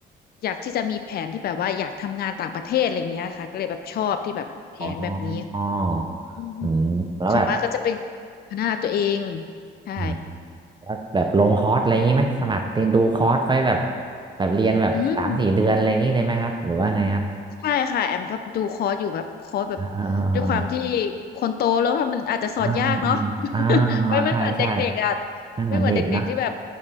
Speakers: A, on the left; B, on the right.
A: อยากที่จะมีแผนที่แบบว่าอยากทำงานต่างประเทศอะไรอย่างเงี้ยค่ะก็เลยแบบชอบที่แบบแผนแบบนี้
B: อ๋อออ
A: อืม
B: อืมแล้วแบบ
A: ส่วนมากก็จะเป็นพัฒนาตัวเองใช่
B: อ่าแล้วแบบลงคอร์สอะไรอย่างนี้ไหมสมัครเรียนดูคอร์สไว้แบบแบบเรียนแบบสามสี่เดือนอะไรอย่างนี้เลยไหมครับหรือว่าไงครับ
A: อืมใช่ค่ะแอมก็ดูคอร์สอยู่แบบคอร์สแบบ
B: อ่าอ่าอ่า
A: ด้วยความที่คนโตแล้วมันอาจจะสอนยากเนาะ
B: อ่าอ่าอ่าอ่าใช่ใช่
A: <laughs> มันมันเหมือนเด็กๆอ่ะ
B: ไม่เหมือนเด็กเนอะ
A: ไม่เหมือนเด็กๆที่แบบ